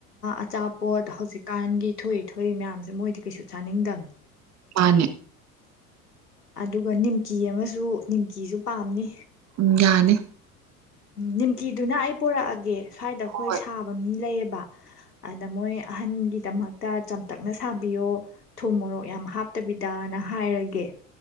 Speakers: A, on the left; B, on the right.
A: ꯑꯆꯥꯄꯣꯠ ꯍꯧꯖꯤꯛꯀꯥꯟꯒꯤ ꯊꯣꯏꯏ ꯊꯣꯏꯏ ꯃꯌꯥꯝꯁꯦ ꯃꯣꯏꯗꯤ ꯀꯩꯁꯨ ꯆꯥꯅꯤꯡꯗꯕꯅꯤ
B: ꯃꯥꯅꯦ
A: ꯑꯗꯨꯒ ꯅꯤꯝꯀꯤ ꯑꯃꯁꯨ ꯅꯤꯝꯀꯤꯁꯨ ꯄꯥꯝꯅꯤ
B: ꯎꯝ ꯌꯥꯅꯦ
A: ꯅꯤꯃꯀꯤꯗꯨꯟ ꯑꯩꯄ ꯄꯨꯔꯛꯑꯒꯦ ꯁ꯭ꯋꯥꯏꯗ ꯑꯩꯈꯣꯏ
B: ꯍꯣꯏ
A: ꯁꯥꯕ ꯃꯤ ꯂꯩꯌꯦꯕ ꯕ ꯃꯣꯏ ꯑꯍꯟꯒꯤꯗꯃꯛꯇ ꯆꯝꯇꯛꯅ ꯁꯥꯕꯤꯌꯣ ꯊꯨ ꯃꯣꯔꯣꯛ ꯌꯥꯝ ꯍꯥꯞꯇꯕꯤꯗꯅ ꯍꯥꯏꯔꯒꯦ